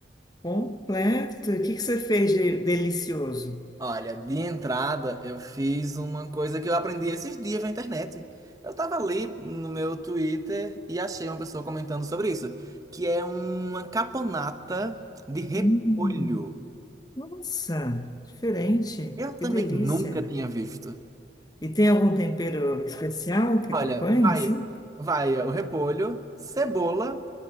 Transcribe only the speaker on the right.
Olha, de entrada eu fiz uma coisa que eu aprendi esses dias na internet. Eu tava ali no meu Twitter e achei uma pessoa comentando sobre isso, que é uma caponata de repolho.
Eu também
nunca tinha visto.
Olha,
vai,
vai o repolho, cebola,